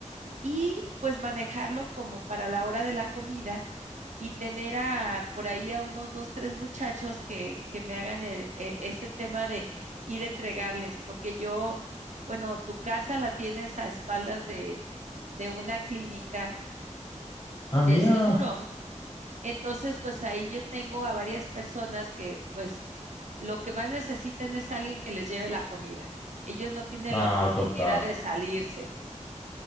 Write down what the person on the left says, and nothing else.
Ah,
mira.
No,
total.